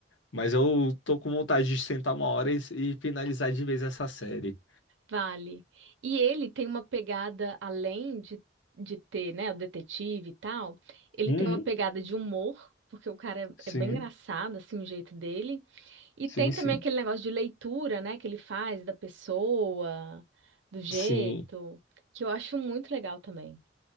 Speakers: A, on the left; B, on the right.
A: Mas eu tô com vontade de sentar uma hora e, e finalizar de vez essa série.
B: Vale. E ele tem uma pegada, além de, de ter, né, o detetive e tal, ele
A: Uhum,
B: tem uma pegada de humor, porque o cara
A: sim.
B: é, é bem engraçado, assim, o jeito dele. E
A: Sim,
B: tem
A: sim,
B: também aquele negócio de leitura, né, que ele faz da pessoa, do jeito,
A: sim.
B: que eu acho muito legal também.